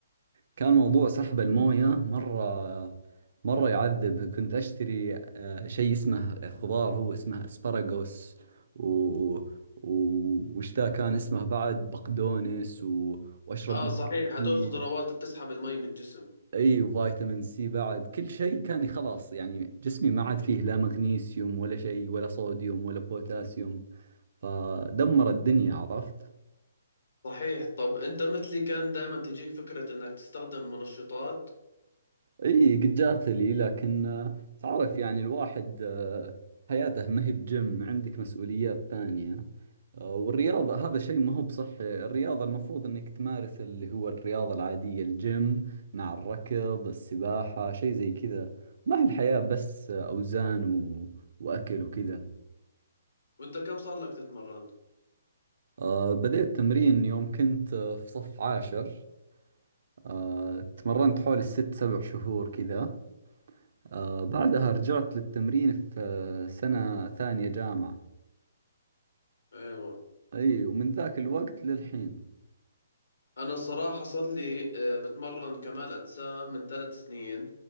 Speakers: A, on the right (about 55°); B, on the left (about 70°).
A: كان موضوع سحب المويه مره مره يعذب كنت اشتري آه، شيء اسمه خضار هو اسمه اسبراغوس و و- وش ذا كان اسمه بعد بقدونس و... واشرب
B: آه صحيح
A: مية
B: هدول خضروات
A: كثير
B: بتسحب المي من الجسم
A: اي وفيتامين سي بعد كل شيء كان خلاص يعني جسمي ما عاد فيه لا مغنيسيوم ولا شيء ولا صوديوم ولا بوتاسيوم فدمر الدنيا عرفت
B: صحيح طب أنت مثلي كان دائما تجيك فكرة إنك تستخدم منشطات
A: اي قد جات لي لكن آه، تعرف يعني الواحد آه، حياته ما هي بجيم عندك مسؤوليات ثانية آه، والرياضة هذا شيء ما هو بصحي الرياضة المفروض انك تمارس اللي هو الرياضة العادية الجيم مع الركض السباحة شيء زي كذا ما هي الحياة بس آه، اوزان و... واكل وكذا
B: وانت كم صار لك تتمرن؟
A: آه، بديت تمرين يوم كنت آه، في صف عاشر آه، تمرنت حوالي الست سبع شهور كذا آه بعدها رجعت للتمرين في آه، سنة ثانية جامعة
B: ايوه
A: اي ومن ذاك الوقت للحين
B: انا الصراحة صار لي آه، بتمرن كمال اجسام من ثلاث سنين